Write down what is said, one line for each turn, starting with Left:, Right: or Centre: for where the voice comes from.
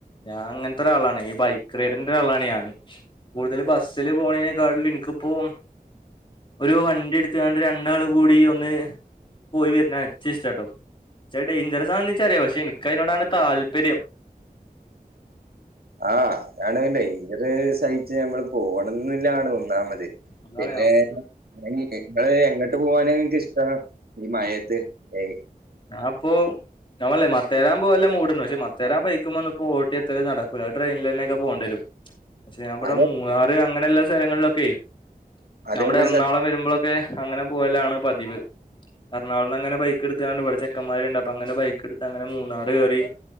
Left: ഞാൻ അങ്ങനത്തെ ഒരാളാണ് ഈ ബൈക്ക് റൈഡറിന്റെ ഒരാളാണ് ഞാന് കൂടുതൽ ബസ്സില് പോണെക്കാളിലും ഇന്ക്ക്പ്പോ ഒരു വണ്ടി എടുത്ത് കാണ്ട് രണ്ടാൾ കൂടി ഒന്ന് പോയി വരുന്നെ ച്ച് ഇഷ്ടാട്ടോ, ക്ഷേ ഡെയിഞ്ചറസാണെന്നെനിച്ചറിയാം, പക്ഷെ എനിക്കതിനോടാണ് താല്പര്യം.
Right: ആ അതാണ് ഡെയ്ഞ്ചർ സഹിച്ച് ഞമ്മള് പോണന്നില്ലാണ് ഒന്നാമത്
Left: അതാണ്
Right: പിന്നെ ഞ ഇങ്ങള് എങ്ങോട്ട് പോവാന ഇങ്ങക്ക് ഇഷ്ടം ഈ മഴത്ത്? ഏ
Left: ഞാപ്പൊ നമ്മളല്ല മത്തേരാം പോകൽ മൂട് ഉണ്ട്. മത്തേരാം ബൈക്ക് മന്ന് പോയിട്ട് എത്രനടക്കൂല അത് ട്രെയിനിൽന്നെക്കെപോണ്ടിരും. <inaudible> പക്ഷെ നാം ഇപടെ
Right: അത്
Left: മൂന്നാറ് അങ്ങനെയുള്ള സ്ഥലങ്ങളിലൊക്കെ
Right: അതെവിടെ
Left: ഞാം ഇവടെ എറണാകുളം
Right: സ്ഥലം
Left: വരുമ്പോള് <unintelligible> അങ്ങനെ പോലാണ് പതിവ് എറണാകുളന്ന്ങ്ങനെ ബൈക്ക എടു <unintelligible> ഇവിടെ ചെക്കന്മാരുണ്ട്, അപ്പൊ അങ്ങനെ ബൈക്ക് എടുത്ത് അങ്ങനെ മൂന്നാറ് കേറി